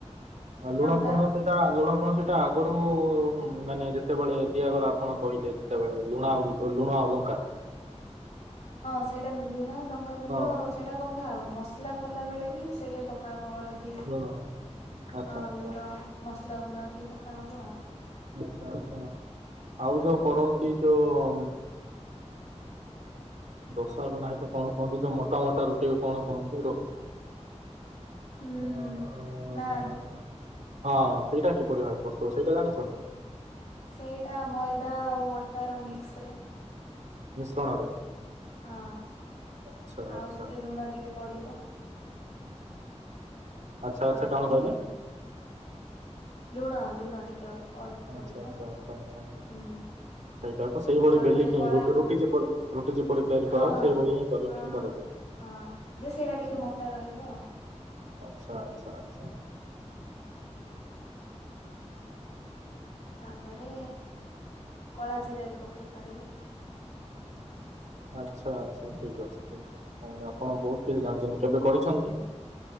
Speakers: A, on the right; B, on the left.
A: ଆଉ ଲୁଣ
B: ଲଙ୍କା।
A: ଫୁଣ ସେଇଟା ଲୁଣ କଣ ସେଇଟା ଆଗରୁ ମାନେ ଯେତେବେଳେ ଦିଆଗଲା ଆପଣ କହିଲେ ଯେତେବେଳେ। ଲୁଣ ଆଉ ଲୁଣ ଆଉ ଲଙ୍କା।
B: ହଁ ସେଇଟା ଲୁଣ ଲଙ୍କାଗୁଣ୍ଡ
A: ହଁ
B: ସେଇଟା। ପକାହବ ମସଲା କଲା ବେଳେ ବି ସେଇଠି ପକାହବ ହଳଦୀ।
A: ଲୁଣ ଆଚ୍ଛା
B: ହଁ
A: ଆଚ୍ଛା
B: ଲୁଣ ମସଲା ଗୁଣ୍ଡ ଟିକେ ପକା ହବ ଆଉ।
A: ଆଛା ଆଛା ଆଉ ଯୋଉ କରନ୍ତି ଯୋଉ। ଦୋଷା କୁ ନାହିଁ ତ କଣ କୁହନ୍ତି ତ ମୋଟା ମୋଟା ରୁଟିକୁ କଣ କୁହନ୍ତି। ଆଁ।
B: ଉଁ ନାନ୍
A: ହଁ ସେଇଟା କିପରି ଭାବେ ପ୍ରସ୍ତୁତ ସେଇଟା ଜାଣିଛନ୍ତି।
B: ସେଇଟା ମଇଦା ଆଉ ଅଟାର ମିକ୍ସ ରେ।
A: ମିଶ୍ରଣରେ।
B: ହଁ
A: ଆଚ୍ଛା
B: ଆଉ
A: ଆଚ୍ଛା
B: ସେଠି ଲୁଣ ଟିକେ ପଡିବ।
A: ଆଚ୍ଛା
B: ତାପରେ
A: ଆଚ୍ଛା କଣ କହିଲେ?
B: ଲୁଣ ଲୁଣ ଟିକେ ଅଲ। ଅଳ୍ପ
A: ଆଚ୍ଛା
B: ପଡିବ
A: ଆଚ୍ଛା
B: ହୁଁ।
A: ଆଚ୍ଛା ଆଚ୍ଛା ସେଇଟାକୁ ସେଇଭଳି
B: ତାପରେ
A: ବେଲିକି
B: କଳା
A: ରୁଟି ଯେପରି ରୁଟି ଯେପରି ତିଆରି
B: ହଁ
A: କରା
B: ହଁ
A: ସେଇଭଳି ହିଁ କରି
B: ହଁ ହଁ
A: କରାଯାଏ।
B: ହଁ ଯେ ସେଇଟା
A: ଆଚ୍ଛା
B: ଟିକେ ମୋଟା ରହିବ ଆଉ।
A: ଆଚ୍ଛା ଆଚ୍ଛା ଆଚ୍ଛା ଆଛା।
B: ତାପରେ କଳା ଜିରା ବି ପକେଇ ପାରିବେ।
A: ଆଚ୍ଛା ଆଚ୍ଛା ଠିକ୍ ଅଛି ଠିକ ଅଛି ତାହେଲେ ଆପଣ ବହୁତ କିଛି ଜାଣିଛନ୍ତି କେବେ କରିଛନ୍ତି।